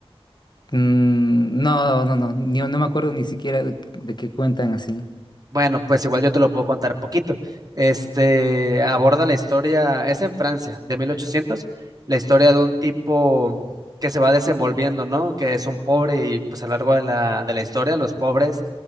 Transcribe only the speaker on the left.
no, no, no. ni- no me acuerdo ni siquiera de, de qué cuentan así.